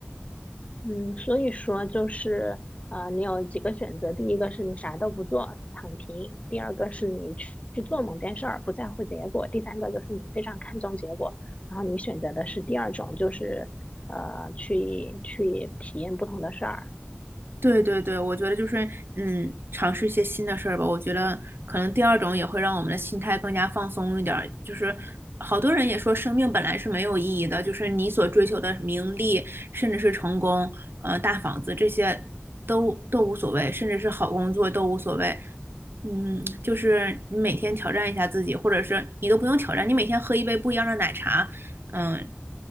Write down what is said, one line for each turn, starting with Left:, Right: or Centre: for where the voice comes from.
Left: 嗯，所以说就是呃，你有几个选择，第一个是你啥都不做，躺平；第二个是你去去做某件事儿，不在乎结果；第三个就是你非常看重结果，然后你选择的是第二种，就是呃，去去体验不同的事儿。
Right: 对对对，我觉得就是嗯，尝试一些新的事儿吧。我觉得可能第二种也会让我们的心态更加放松一点儿。就是好多人也说，生命本来是没有意义的，就是你所追求的名利，甚至是成功，呃，大房子这些都都无所谓，甚至是好工作都无所谓。嗯，就是你每天挑战一下自己，或者是你都不用挑战，你每天喝一杯不一样的奶茶，嗯，